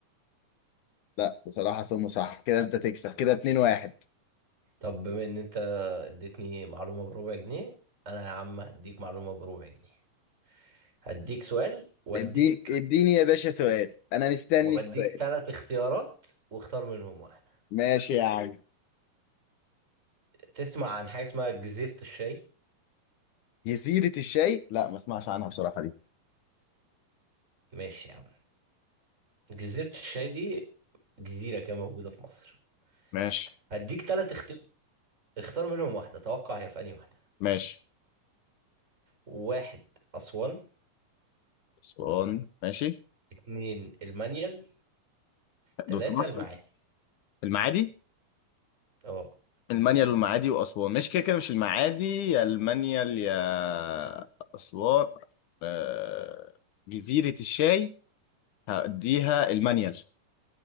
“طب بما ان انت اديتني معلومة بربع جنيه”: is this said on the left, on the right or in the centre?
Right